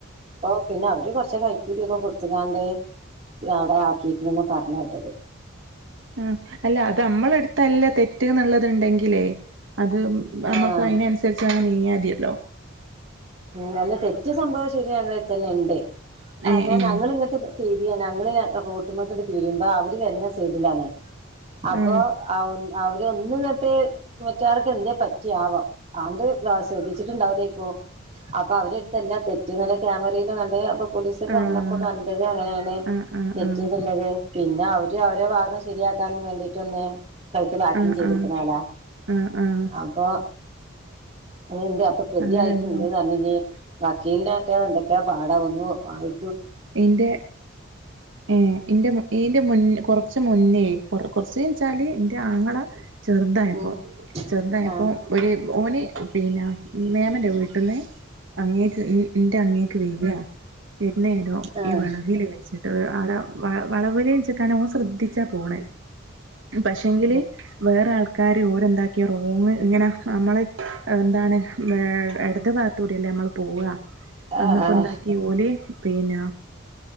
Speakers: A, on the right (about 35°); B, on the right (about 70°).
A: ഓ പിന്നെ അവര് കൊറച്ച കൈക്കൂലിയൊക്കെ കൊടുത്തുകാണ്ടേ അവിടെ ആക്കിയിട്ടന്ന് പറഞ്ഞ കേട്ടത്.
B: ആ അല്ല അത് നമ്മളെ എടുത്തല്ല തെറ്റ് എന്നുള്ളത്. ണ്ടെങ്കേ അത് നമ്മുക്ക്
A: ആഹ്
B: അതിനനുസരിച്ച് നീങ്ങിയൽ മതില്ലോ
A: ഉം അെ തെറ്റ സംഭവം ശരി ഞങ്ങളതന്നെ ഉണ്ട് അാ
B: ഏഹ് ഏഹ്
A: ഞങ്ങൾിങ്ങോട്ട് തിര്യ ഞങ്ങള് റോഡിമക് തീരുമ്പോ അവര് വരുന്ന സൈഡിലാണേ അപ്പൊ
B: ആഹ്
A: അവര ഒന്ന കേട്ട് മറ്റോർക്ക് എന്ത്േ പറ്റിയാവാോ അവന്റെ ശ്രദ്ധിച്ചിട്ടുണ്ടാവില്ലേക്കോ അപ്പൊ അവരെടുത്തല്ല തെറ്റ് നല്ല ക്യാമറയിലും കണ്ട അപ്പൊ പോലീസര്
B: ആഹ്
A: വന്നപ്പോ കണ്ടത് അങ്ങനെയാണ്
B: ആഹ് ആഹ് ആഹ്
A: തെറ്റിയെന്നുള്ളത് പിന്നെ അവര് അവരു ഭാഗം ശരിയാക്കാനും വേണ്ടീട്ടൊന്ന് കൈക്കലാക്കുകയും
B: ആഹ് ആഹ് ആഹ്
A: ചെയ്തികിം
B: ആഹ് ആഹ്
A: അല്ല
B: ആഹ് ആഹ്
A: അപ്പൊ അതണ്ട്റെ അപ്പൊ പ്രതിയായിട്ട്
B: അങ്ങനെണ്ടാവും
A: ന്ന് പറഞ്ഞ വക്കീലന്റെ ആക്ക എന്തൊക്കാ പാടം ഒന്നു വായി
B: എന്റെ ഏ എന്റ ഇറെ മൻ കൊറച്ച മുന്നേ കൊ കുറച്ച വെച്ചാല് എൻന്റെ അങ്ങള ചെറുതായപ്പോ
A: ഉം
B: സ്വന്തയപ്പോൊ
A: ആഹ്
B: ഒരു ഓന് പിന്നെ മേമന്റെ വീട്ടിൽന്ന് അങ്ങേക്ക് എന്റെ അങ്ങേക്ക് വരിയാ വരുന്നേരോ
A: ആഹ്
B: ഈ വളവിൽ വെച്ചിട്ട് ആ വളവില ചക്കാാണ് ഓൻ ശ്രദ്ധിച്ചാ പോണ പക്ഷെങ്കില് വേറെ ആൾക്കാാര് ഓരെന്താക്കിയ റോങ്ങ് ഇങ്ങനെ നമ്മൾ എന്താണ് ഇടത് ത്തടില്ലേ നമ്മൾ പോവാ
A: ആഹ് ആഹ് ആഹ്
B: അന്നപ്പോ എന്താക്കി ഓല പിന്നെ